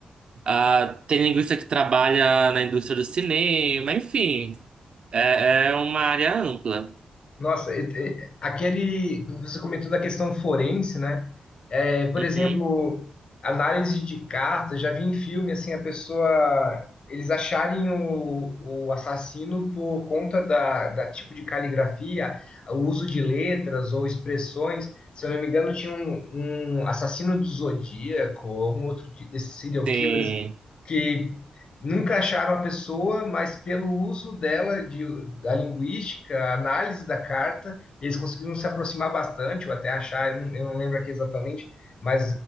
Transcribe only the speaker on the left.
Nossa, e- e- aquele. Você comentou da questão forense, né? É, por
exemplo, análise de cartas, já vi em filme assim, a pessoa. Eles acharem o, o assassino por conta da, da tipo de caligrafia, o uso de letras ou expressões. Se eu não me engano, tinha um, um assassino do Zodíaco, algum outro de- desses serial
killers que nunca acharam a pessoa, mas pelo uso dela, de, da linguística, a análise da carta, eles conseguiram se aproximar bastante, ou até achar, eu não, eu não lembro aqui exatamente, mas